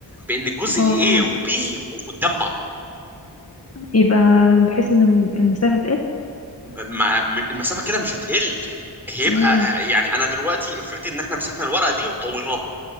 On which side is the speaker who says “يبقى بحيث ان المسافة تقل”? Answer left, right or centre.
Left